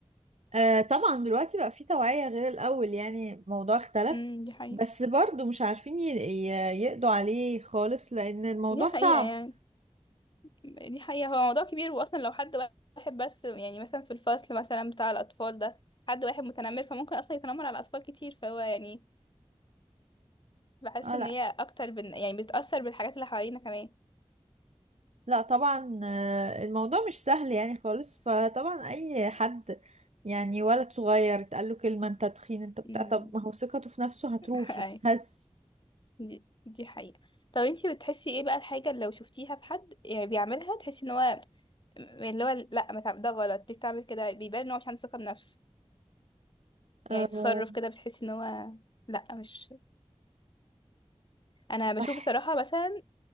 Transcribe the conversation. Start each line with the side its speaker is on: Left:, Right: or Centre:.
Right: آه، طبعا دلوقتي بقى في توعية غير الأول يعني الموضوع اختلف
Left: امم دي حقيقة
Right: بس برضو مش عارفين ي- ي- يقضوا عليه خالص لأن الموضوع
Left: دي حقيقة
Right: صعب
Left: يعني دي حقيقة هو موضوع كبير واصلا لو حد واحد بس يعني مثلا في الفصل مثلا بتاع الاطفال ده حد واحد متنمر فممكن اصلا يتنمر على اطفال كتير فهو يعني بحس
Right: اه
Left: ان
Right: لا
Left: هي اكتر بن... يعني بتأثر بالحاجات اللي حوالينا كمان
Right: لا طبعا آه، الموضوع مش سهل يعني خالص فطبعا اي حد يعني ولد صغير اتقال له كلمة انت تخين انت بتاع
Left: امم
Right: طب ما هو ثقته في نفسه هتروح
Left: <laughs> اي
Right: هتتهز
Left: دي... دي حقيقة طب انتي بتحسي ايه بقى الحاجة اللي لو شفتيها في حد يعني بيعملها تحسي ان هو اللي هو لا ما تعمل- ده غلط ليه بتعمل كده بيبان ان هو مش عنده ثقة بنفسه يعني
Right: أه
Left: تصرف كده بتحسي ان هو لا مش انا بشوف
Right: بحس
Left: بصراحة مثلا